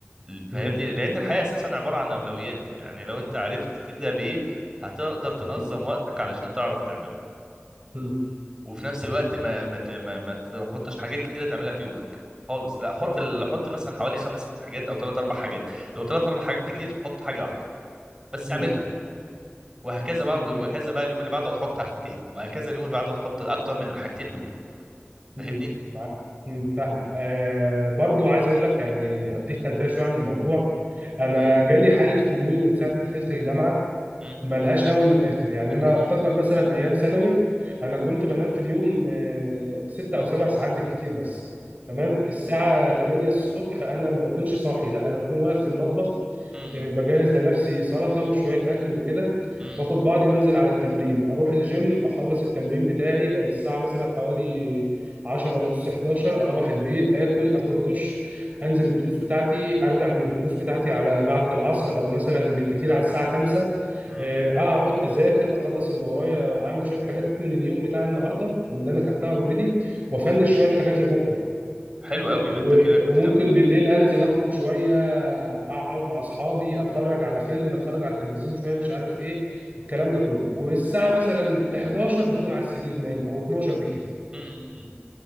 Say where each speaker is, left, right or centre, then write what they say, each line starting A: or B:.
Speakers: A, on the right; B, on the right.
A: فاهمني
B: مم.
A: لان الحياه اساسا عباره عن اولويات يعني لو انت عرفت تبدا بايه هتقدر تنظم
B: اكيد
A: وقتك علشان تعرف تعمله
B: مم.
A: وفي نفس الوقت ما ما ت- ما, ما تحطش حاجات كتيره تعملها في يومك خالص لا حط
B: آه.
A: ال... حط مثلا حوالي خمس ست حاجات او ثلاث اربع حاجات لو ثلاث اربع حاجات كتير حط حاجه واحده بس
B: مم.
A: اعملها وهكذا بعد
B: مم.
A: وهكذا بقى اليوم اللي بعده هتحط حاجتين وهكذا اليوم اللي بعده هتحط اكتر من الحاجتين دول فاهمني
B: مم. معاك مم. فاهم آه برضو عايز اقول لك يعني اديك خلفيه شويه عن الموضوع انا
A: امم
B: جالي حاله خمول من ساعه ما دخلت الجامعه
A: أمم.
B: ملهاش اول من الاخر يعني
A: أمم.
B: انا افتكر مثلا ايام ثانوي انا كنت بنام في اليوم آه، ست او سبع ساعات بالكتير بس تمام
A: أمم.
B: الساعه 8 الصبح انا ما بكونش صاحي لا انا بكون واقف في المطبخ
A: أمم.
B: آه، بجهز لنفسي سلطه وشويه اكل وكده
A: أمم.
B: واخد بعضي وانزل على التمرين اروح الجيم اخلص التمرين بتاعي بقت الساعه مثلا حوالي 10 ونص 11 اروح البيت اكل اخد دش انزل الدروس بتاعتي ارجع من الدروس بتاعتي على بعد العصر او مثلا بالكتير على الساعه 5
A: أمم.
B: آه، اقعد اذاكر اخلص اللي ورايا اعمل شويه حاجات من اليوم بتاع النهارده من اللي انا خدتها اوريدي وافنش شويه حاجات لبكره
A: حلو قوي ما
B: و-
A: انت كده كنت
B: وممكن بالليل انزل اخرج شويه اقعد مع اصحابي اتفرج على فيلم اتفرج على التلفزيون شويه مش عارف ايه الكلام ده كله والساعه مثلا 11 بكون على السرير نايم او 12 بالكتير
A: تمام